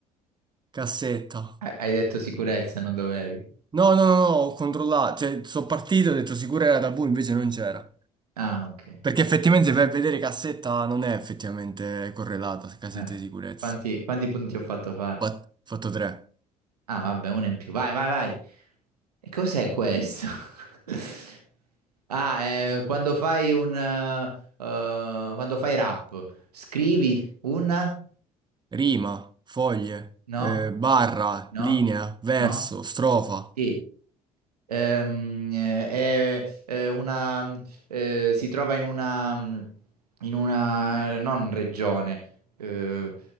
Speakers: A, on the right (about 20°); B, on the right (about 80°).
A: cassetta.
B: Hai hai detto sicurezza, non dovevi.
A: No, no, no, no, ho controllato. Cioè, sono partito, ho detto sicura era tabù, invece non c'era.
B: Ah, ok.
A: Perché effettivamente se vai a vedere cassetta non è effettivamente correlata, cassetta
B: Eh.
A: di sicurezza.
B: Quanti, quanti punti ho fatto fare?
A: Fa- Fatto 3.
B: Ah, vabbè, uno in più. Vai, vai, vai. E cos'è questo? <laughs> Ah, eh, quando fai un... eh, eh, quando fai rap, scrivi una...
A: Rima, foglie,
B: No?
A: eh, barra,
B: No?
A: linea, verso,
B: No?
A: strofa,
B: Sì. Ehm, eh, è, è una, eh, si trova in una, in una, non regione, eh,